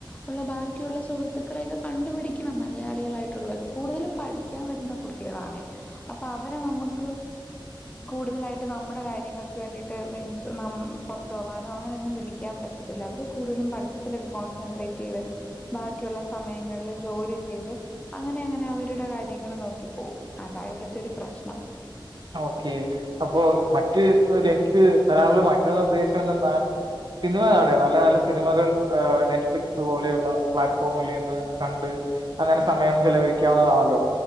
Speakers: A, on the left (about 15°); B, on the right (about 60°).
A: ഉള്ള ബാക്കിയുള്ള സുഹൃത്തുക്കളെക്കെ കണ്ടുപിടിക്കണം മലയാളികളായിട്ടുള്ളെര് കൂടുതലും പഠി ഠിക്കാൻ വരുന്ന കുട്ടികളാണ് അപ്പൊ അവരെ നമ്മക്ക് കൂടുതലായി നമ്മടെ കാര്യങ്ങൾക്ക് വേണ്ടിട്ട് മീൻസ് പെറത്ത് പോവാനോ അങ്ങനെന്നും വിളിക്കാൻ പറ്റതില്ല അവര് കൂടുതലും പഠിത്തത്തിലൊക്കെ കോൺസെൻട്രേറ്റ് ചെയ്ത് ബാക്കിയുള്ള സമയങ്ങളില് ജോലി ചെയ്ത് അങ്ങനെ അങ്ങനെ അവരുടെ കാര്യങ്ങൾ നോക്കി പോവും അതാ ഇവടത്തെ ഒരു പ്രശ്നം
B: ഓക്കെ അപ്പൊ മറ്റ് എനിക്ക് തരാനുള്ള മറ്റൊരു നിർദ്ദേശം എന്തന്നാൽ സിനിമ കാണ് നല്ല നല്ല സിനിമകൾ നെറ്റ്ഫ്ലിക്സ് പോലെയുള്ള പ്ലാറ്റ്ഫോമിൽ നിന്ന് കണ്ട് അങ്ങനെ സമയം ചെലവഴിക്കാവുന്നതാണല്ലോ